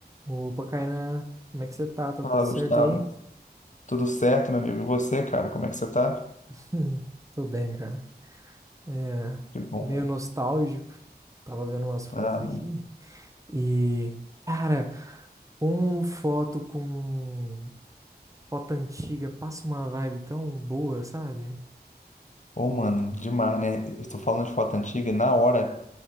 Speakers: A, on the right; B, on the left.
A: Opa, Kainan, como é que você tá? Tá
B: Fala,
A: tudo certo
B: Gustavo.
A: aí?
B: Tudo certo, meu amigo? E você, cara? Como é que você tá?
A: <laughs> Tô bem, cara. É,
B: Que bom,
A: meio
B: mano.
A: nostálgico. Tava vendo umas fotos
B: Ah,
A: aqui.
B: mano.
A: E, cara, uma foto com foto antiga passa uma vibe tão boa, sabe?
B: Ô, mano, demais, né? Eu tô falando de foto antiga e na hora,